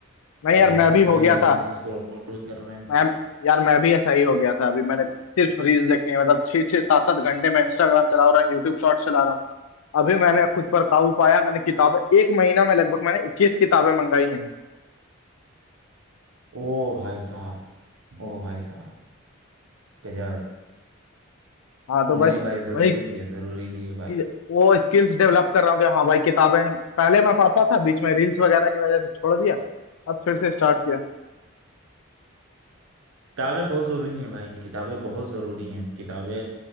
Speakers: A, on the left; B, on the right.
A: नहीं
B: ये
A: यार
B: ऑफिस
A: मैं भी हो
B: में
A: गया
B: रील्स
A: था
B: स्क्रॉल कर रहे हैं
A: मैं यार मैं भी ऐसा ही हो गया था अभी मैंने सिर्फ रील्स देखनी है मतलब छह छह सात सात घंटे मैं इंस्टाग्राम चला रहा हूँ यूट्यूब शॉर्ट्स चला रहा हूँ अभी मैंने खुद पर काबू पाया मैंने किताबें एक महीना में लगभग मैंने इक्कीस किताबें मंगाई हैं
B: ओ भाई साहब ओ भाई साहब गजब
A: हाँ तो
B: नहीं
A: बस
B: भाई जरूरी
A: वही
B: भी है जरूरी भी है भाई
A: कि- वो स्किल्स डेवलप कर रहा हूँ कि हाँ भाई किताबें पहले मैं पढ़ता था बीच में रील्स वगैरह की वजह से छोड़ दिया अब फिर से स्टार्ट किया
B: किताबें बहुत जरूरी हैं भाई किताबें बहुत जरूरी हैं किताबें